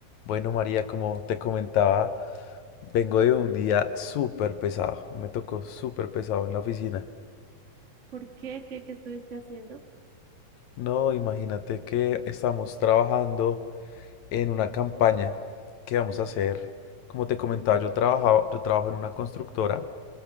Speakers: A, on the left; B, on the right.
A: Bueno, María, como te comentaba, vengo de un día súper pesado. Me tocó súper pesado en la oficina.
B: ¿Por qué? ¿Qué, qué estuviste haciendo?
A: No, imagínate que estamos trabajando en una campaña que vamos a hacer. Como te comentaba, yo trabajaba, yo trabajo en una constructora